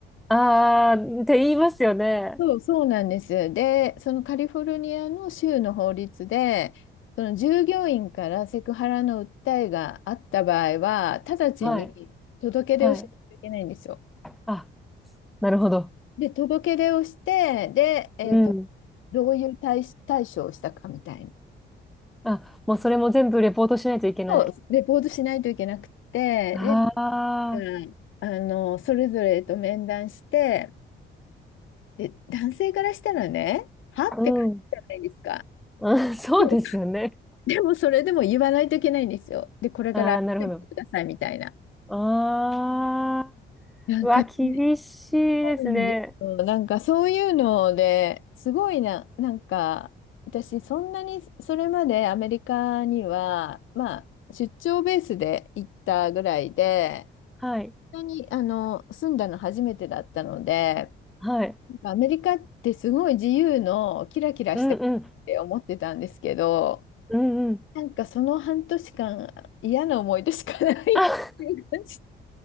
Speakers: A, in the centre; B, on the left.
A: ああー、って言いますよね。
B: そう、そうなんです。で、そのカリフォルニアの州の法律で、その従業員からセクハラの訴えがあった場合は、直ちに届け出をしなきゃいけないんですよ。
A: はい、はい。あ、なるほど。
B: で、届け出をして、で、えっと、
A: うん。
B: どういう対し、対処をしたかみたいな。
A: あ、もうそれも全部レポートしないといけない。
B: そうレポートしないといけなくて、
A: あ
B: で、うんあの、それぞれと面談して、で、男性からしたらね、はって感じじゃないですか。
A: あ、うん。<laughs> うん、そうですよね。
B: でも、でもそれでも言わないといけないんですよ。で、これから改めてくださいみたいな。
A: ああ、なるほど。ああ、
B: なんかね、
A: うわ、厳しいですね。
B: そうなんですよ。なんかそういうのですごいな、なんか私そんなにそれまでアメリカには、まあ出張ベースで行ったぐらいで、
A: はい。
B: そんなにあの住んだの初めてだったので、
A: はい。
B: なんかアメリカってすごい自由のキラキラした国って思ってたんですけど、
A: うんうん。うんうん。
B: なんかその半年間嫌な思い出しかない
A: あ、
B: <laughs> っていう感じ。